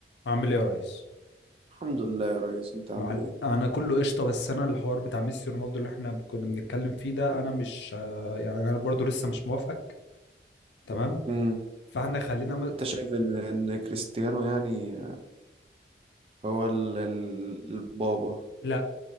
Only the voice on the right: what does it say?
الحمد لله يا ريس انت عامل
ايه
امم
انت شايف ان ان كريستيانو يعني هو ال... ال- البابا